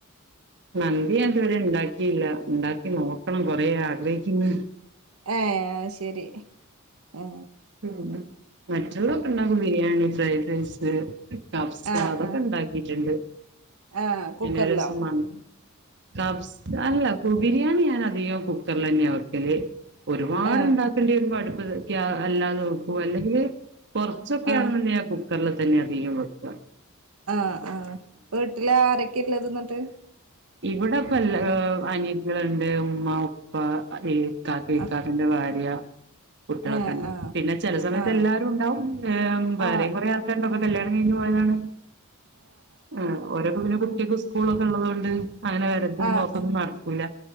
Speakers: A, on the right; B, on the right.
A: മന്തി ഞാൻ ഇതുവരെ ഇണ്ടാക്കിയില്ല ഇണ്ടാക്കി നോക്കണം കൊറെ ആഗ്രഹിക്ക്ന്ന്
B: ഹേ ശരി ആ
A: ഉം ഉം മറ്റുള്ള ഒക്കെ ഇണ്ടാക്കും ബിരിയാണി ഫ്രൈഡ് റൈസ് കഫ്സ
B: ആ
A: അതൊക്കെ
B: ആ
A: ഇണ്ടാക്കിട്ട്ണ്ട്
B: ആ കുക്കറിലോ
A: <unintelligible> ബിരിയാണി ഞാൻ അധികം കുക്കറിൽ തന്നെയ വെക്കല്. ഒരുപാട്
B: ആ
A: ഉണ്ടാക്കേണ്ടി വരുമ്പോ അടുപ്പ് ഗ്യാ അല്ലാതെ വെക്കും അല്ലെങ്കില് കൊറച്ചൊക്കെയാണ്
B: ആ
A: ന്ന്ണ്ടങ്കി ഞാൻ കുക്കർല് തന്നെ അധികം വെക്കാ
B: ആഹ് ആഹ് അപ്പൊ വീട്ടില് ആരൊക്കെയാ ഇള്ളത് എന്നിട്ട്
A: ഇവിടെപ്പല്ല അനിയതികള്ണ്ട് ഉമ്മ ഉപ്പ ഏ ഇക്കാക്ക ഇക്കാക്കന്റെ
B: ആ
A: പെ ഭാര്യ കുട്ടികളെക്കെ
B: ആ
A: ഇണ്ട്
B: ആ
A: പിന്നെ ചെല സമയ
B: ആ
A: എല്ലാരും ഉണ്ടാവും വേറെയും
B: ആ
A: കുറെ ആൾക്കാരുണ്ടാവും അപ്പ കല്യാണം കഴിഞ്ഞ് പോയതാണ് ആ ഓരോക്കെ പിന്നെ <unintelligible> സ്കൂളൊക്കെ ഉള്ളത് കൊണ്ട് അങ്ങനെ വരലും
B: ആഹ്
A: പോക്കൊന്നും നടക്കൂല്ല